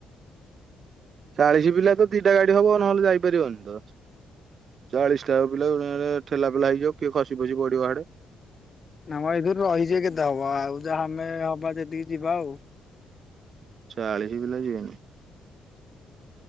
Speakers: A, on the right (about 55°); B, on the left (about 35°).
A: ଚାଳିଶ ପିଲା ତ ଦିଟା ଗାଡି ହବ ନହେଲେ ଯାଇପାରିବନି ତ। ଚାଳିଶଟା ପିଲା ଠେଲା ପେଲା ହେଇଯିବ କିଏ ଖସି ଫସି ପଡିବ ହେଆଡେ।
B: ନା ମ ଏଇଥିରୁ ରହିଯିବେ କେତେ ହବ ଆଉ ଯାହା ଆମେ ହବା ଯେତିକି ଯିବା ଆଉ।
A: ଚାଳିଶ ପିଲା ଯିବେନି।